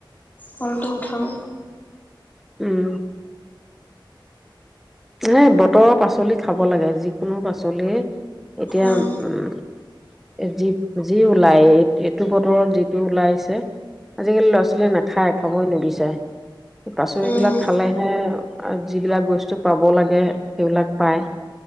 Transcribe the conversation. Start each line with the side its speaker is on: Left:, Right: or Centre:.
Left: কলটো- থ-
Centre: উমম। হে বতৰৰ পাচলি খাব লাগে। যিকোনো পাচলিয়ে- এতিয়া
Left: অঁ
Centre: উমম- এ যি, যি ওলাই এইটো বতৰত যিটো ওলাইছে। আজিকালি ল'ৰা ছোৱালীয়ে নাখায়, খাবই নিবিচাৰে। পাচলি
Left: উম
Centre: বিলাক খালেহেএ- আৰু যিবিলাক বস্তু- পাব লাগে, সেইবিলাক পায়।